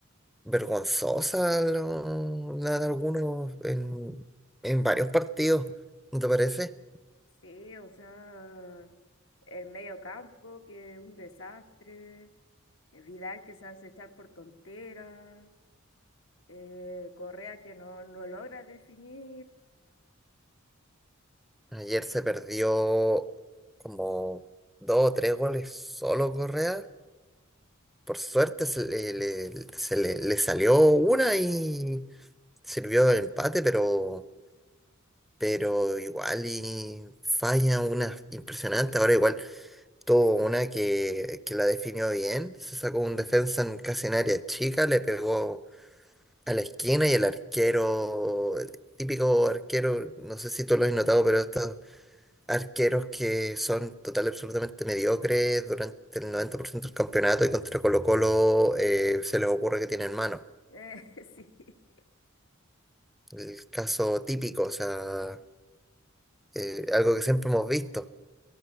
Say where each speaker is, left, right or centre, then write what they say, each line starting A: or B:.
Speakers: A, in the centre; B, on the left.
A: vergonzosa lo- la de algunos en, en varios partidos, ¿no te parece?
B: Sí, o sea, el medio campo que es un desastre, eh, Vidal que se hace echar por tonteras, eh, Correa que no, no logra definir.
A: Ayer se perdió como dos o tres goles solo Correa Por suerte
B: Eh,
A: se le, le- se le- le salió una y sirvió el empate, pero, pero igual y falla una impresionante. Ahora igual tuvo una que, que la definió bien, se sacó un defensa en casi en área chica, le pegó a la esquina y el arquero, típico arquero, no sé si tú lo has notado, pero estos arqueros que son total y absolutamente mediocres durante el 90% del campeonato y contra Colo-Colo eh, se les ocurre que tienen mano.
B: <laughs> sí.
A: El caso típico, o sea, eh, algo que siempre hemos visto.